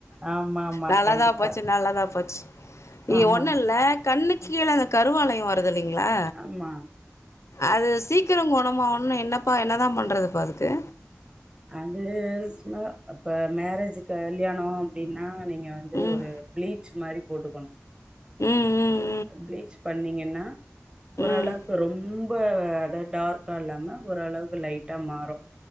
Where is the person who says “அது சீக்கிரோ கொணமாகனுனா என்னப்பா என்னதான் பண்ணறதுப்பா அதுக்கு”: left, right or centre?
Left